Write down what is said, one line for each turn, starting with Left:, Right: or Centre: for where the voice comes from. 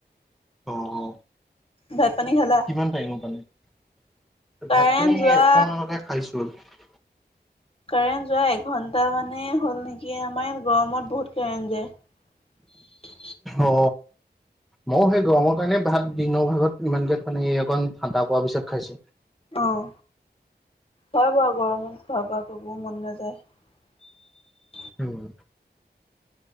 Centre: অ অ
Left: ভাত পানী খালা?
Centre: কিমান টাইমৰ নাই ভাত
Left: কাৰেণ্ট
Centre: পানী
Left: যোৱা
Centre: অকমানতে খাইছো আৰু
Left: কাৰেণ্ট যোৱা এঘন্টা মানে হ'ল নেকি আমাৰ ইয়াত গৰমত বহুত কাৰেণ্ট যায়।
Centre: অ মইয়ো সেই গৰমৰ কাৰণে ভাত দিনৰ ভাগত ইমানকে খানে অকণ ঠাণ্ডা হোৱাৰ পিছত খাইছো।
Left: আহ হয় বাৰু গৰমত খোৱা বোৱা কৰিব মন নাযায়।
Centre: উম